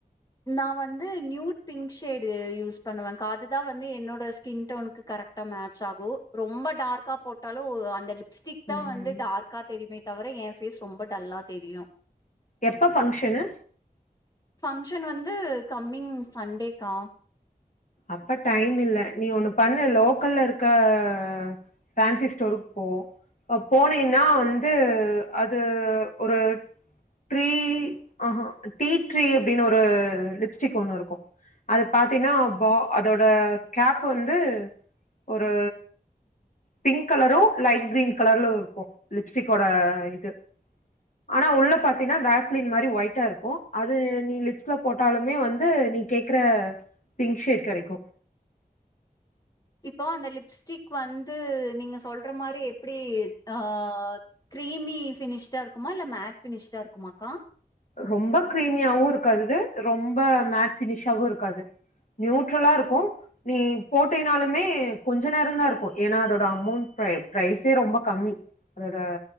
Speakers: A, on the left; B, on the left.
A: நா வந்து நியூட் பிங்க் ஷேடு யூஸ் பண்ணுவேக்கா அதுதா வந்து என்னோட ஸ்கின் டோனுக்கு கரெக்டா மேட்ச் ஆகு ரொம்ப டார்க்கா போட்டாலு அந்த லிப் ஸ்டிக்
B: ம்
A: தா வந்து டார்க்கா தெரிமே தவர என் ஃபேஸ் ரொம்ப டல்லா தெரியு
B: எப்ப ஃபங்ஷனு
A: ஃபங் ஷன் வந்து கம்மிங் சண்டேக்கா
B: அப்ப டைம் இல்ல நீ ஒன்னு பண்ணு லோக்கல்ல ருக்க ஆ ஃபேன்சி ஸ்டோருக்கு போ போனீன்னா வந்து அது ஒரு ட்ரீ ஆ ஹா டீ ட்ரீ அப்டினு ஒரு லிப்ஸ்டிக் ஒன்னு இருக்கு அது பாத்தீனா வ அதோட கேப் வந்து ஒரு பிங்க் கலரு லைட் கிரீன் கலர்ல ருக்கு லிப்ஸ்டிக்கோட இது ஆனா உள்ள பாத்தீன்னா வேஸ்லின் மாரி ஒயிட்டாருக்கு அது நீ லிப்ஸ்ல போட்டாலுமே வந்து நீ கேக்ற பிங்க் ஷேட் கெடைக்கு
A: இப்போ அந்த லிப்ஸ்டிக் வந்து நீங்க சொல்ற மாரி எப்டி ஆ க்ரீமி ஃபினிஷ்டா ருக்குமா இல்ல மேட் ஃபினிஷ்டா இருக்குமா க்கா
B: ரொம்ப க்ரீமியாவு ருக்காதுது ரொம்ப மேட் ஃபினிஷாவு ருக்காது நியூட்ரலாருக்கு நீ போட்டினாலுமே கொஞ்ச நேர தாருக்கு ஏனா அதோட அமௌண்ட் பிர பிரைசே ரொம்ப கம்மி அதோட